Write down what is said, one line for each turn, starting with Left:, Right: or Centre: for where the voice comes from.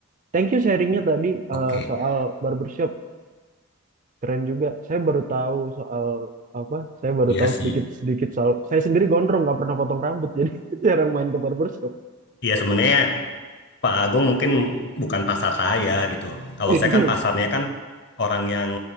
Right: Thank you sharingnya tadi
Left: oke.
Right: eh, soal barbershop. Keren juga. Saya baru tahu soal apa? Saya baru
Left: Iya
Right: tahu
Left: sih.
Right: sedikit-sedikit soal. Saya sendiri gondrong nggak pernah potong rambut <laughs> jadi jarang main ke barbershop.
Left: Iya sebenarnya Pak Agung mungkin bukan pasar saya gitu. Kalau
Right: <laughs>
Left: saya kan pasarnya kan orang yang